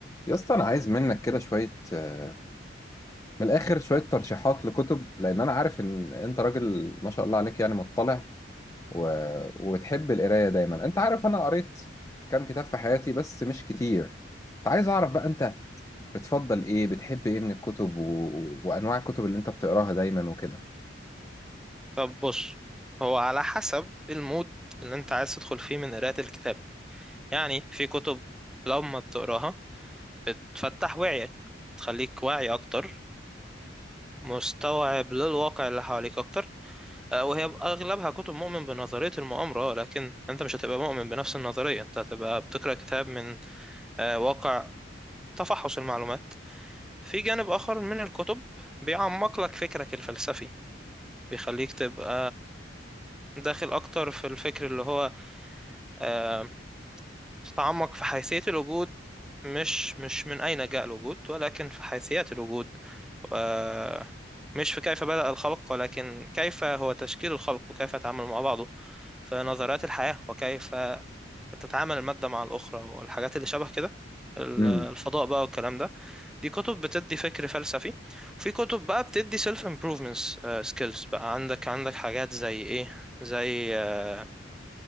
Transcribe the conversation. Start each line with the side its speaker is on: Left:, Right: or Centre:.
Left: يا اسطى انا عايز منك كده شويه آه، من الاخر شويه ترشيحات لكتب لان انا عارف ان انت راجل ما شاء الله عليك يعني مطلع و... وتحب القرايه دايما انت عارف انا قريت كام كتاب في حياتي بس مش كتير فعايز اعرف بقى انت بتفضل ايه بتحب ايه من الكتب و... وانواع الكتب اللي انت بتقراها دايما وكده
Centre: طب بص هو على حسب المود اللي انت عايز تدخل فيه من قراءة الكتاب يعني في كتب لما بتقراها بتفتح وعيك تخليك واعي اكتر ومستوعب للواقع اللي حواليك اكتر آه، وهي اغلبها كتب مؤمن بنظرية المؤامرة لكن انت مش هتبقى مؤمن بنفس النظرية انت هتبقى بتقرأ كتاب من آه، واقع تفحص المعلومات في جانب اخر من الكتب بيعمق لك فكرك الفلسفي بيخليك تبقى داخل اكتر في الفكر اللي هو آه، تتعمق في حيثية الوجود مش مش من أين جاء الوجود ولكن في حيثيات الوجود آه، مش في كيف بدأ الخلق ولكن كيف هو تشكيل الخلق وكيف يتعامل مع بعضه في نظريات الحياة وكيف تتعامل المادة مع الأخرى والحاجات اللي شبه كده ال-
Left: امم
Centre: الفضاء بقى والكلام ده دي كتب بتدي فكر فلسفي وفي كتب بقى بتدي self improvements آه، skills بقى عندك عندك حاجات زي إيه زي آه،